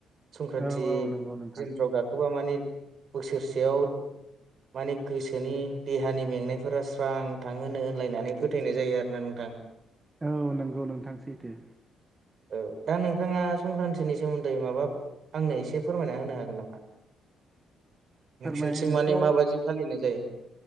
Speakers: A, on the right; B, on the right.
A: संक्रान्ति
B: औ औ नंगौ नोंथां
A: दिनफ्राव गाख सोरबा माने बोसोरसेयाव माने गोसोनि देहानि मेंनायफोरा स्रां नोंथां होनो होनलायनानै फोथायनाय जायो आरोना नोंथां।
B: औ नंगौ नोंथांसैथो।
A: औ दा नोंथाङा संक्रान्तिनि सोमोन्दै माबा आंनो एसे फोरमायना होनो हागोन नामा?
B: फोरमायहोनोथ'
A: नोंसोरनिथिं माने माबायदि फालिनाय जायो?